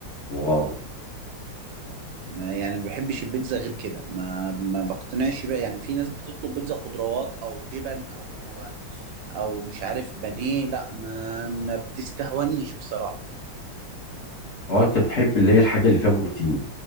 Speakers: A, on the left; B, on the right.
A: واو
B: آه. ما يعني ما بحبش البيتزا غير كده ما ما بقتنعش بقى يعني في ناس بتطلب بيتزا خضروات او جبن او او مش عارف بانيه لا ما ما بتستهونيش بصراحه
A: اه انت بتحب اللي هي الحاجه اللي فيها بروتين